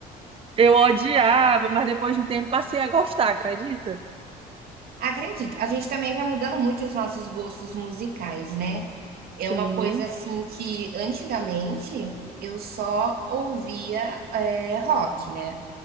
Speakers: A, on the right; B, on the right.
A: eu odiava, mas depois de um tempo passei a gostar, acredita?
B: Acredito, a gente também vai mudando muito os nossos gostos musicais, né? É
A: Sim,
B: uma coisa assim que antigamente eu só ouvia é, rock, né?